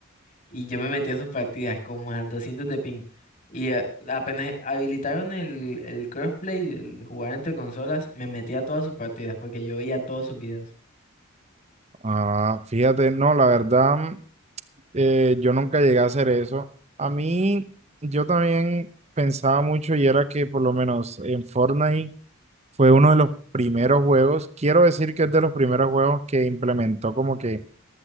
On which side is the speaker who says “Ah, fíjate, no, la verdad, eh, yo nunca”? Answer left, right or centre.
Right